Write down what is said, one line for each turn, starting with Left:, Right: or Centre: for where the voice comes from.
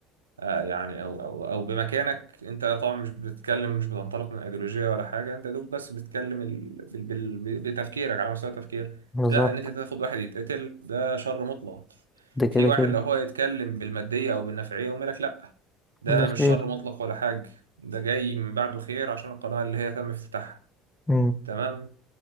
Right: آه يعني او او او بمكانك انت طبعا مش بتتكلم مش بتنطلق من ايديولوجيه ولا حاجه انت يا دوب بس بتتكلم ال... في ال... بال... بتفكيرك على مستوى التفكير
Left: بالظبط
Right: لا ان انت تاخد واحد يتقتل ده شر مطلق
Left: ده كده
Right: في واحد
Left: كده
Right: لو هو يتكلم بالماديه او بالنفعيه يقوم لك لا ده
Left: ده
Right: مش
Left: خير
Right: شر مطلق ولا حاجه ده جاي من بعده خير عشان القناه اللي هي تم افتتاحها
Left: مم.
Right: تمام